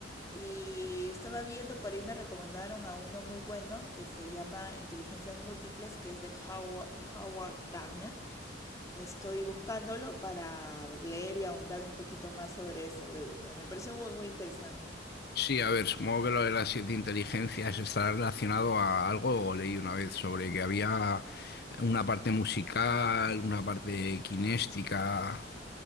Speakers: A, on the left; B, on the left.
A: Y estaba viendo, por ahí me recomendaron a uno muy bueno que se llama Inteligencias Múltiples, que es de Howard, Howard Gardner. Estoy buscándolo para leer y ahondar un poquito más sobre eso. Me, me pareció muy, muy interesante.
B: Sí, a ver, supongo que lo de las siete inteligencias estará relacionado a algo, o leí una vez sobre que había una parte musical, una parte kinéstica,